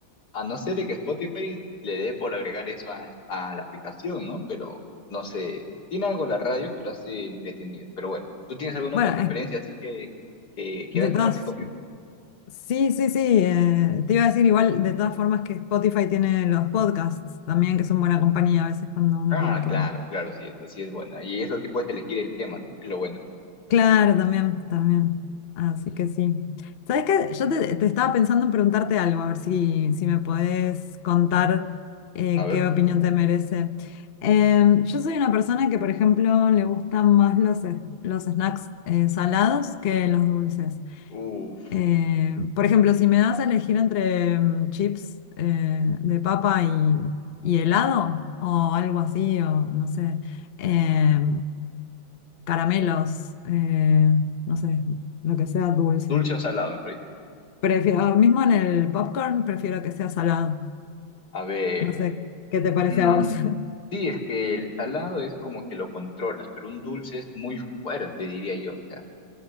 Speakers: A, on the left (about 50°); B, on the left (about 65°).
A: A no ser de que Spotify le dé por agregar eso a, a la aplicación, ¿no? Pero no sé, tiene algo la radio que lo hace entretenido. Pero bueno, ¿tú tienes alguna
B: bueno,
A: otra preferencia
B: eh,
A: así que, que quieras
B: de todas,
A: compartir conmigo?
B: sí, sí, sí, eh, te iba a decir igual, de todas formas que Spotify tiene los podcasts también, que son buena compañía a veces cuando uno
A: Ah,
B: tiene que...
A: claro, claro, sí, eso sí es bueno. Y eso sí puedes elegir el tema, ¿no? Que es lo bueno.
B: Claro, también, también. Así que sí. ¿Sabes qué? Yo te, te estaba pensando en preguntarte algo, a ver si, si me podés contar eh,
A: A ver,
B: qué opinión te merece. Em, yo soy una persona que, por ejemplo, le gustan más los, es- los snacks eh, salados que los dulces.
A: uff,
B: Eh, por ejemplo, si me das a elegir entre mm, chips eh, de papa y, y helado o algo así, o no sé, eh, caramelos, eh, no sé, lo que sea dulce.
A: Dulce o salado, mejor dicho.
B: Prefiero, mismo en el popcorn, prefiero que sea salado.
A: A ver,
B: No sé, ¿qué te parece
A: mm,
B: a vos?
A: sí, es que el salado es como que lo controlas, pero un dulce es muy fuerte, diría yo. O sea,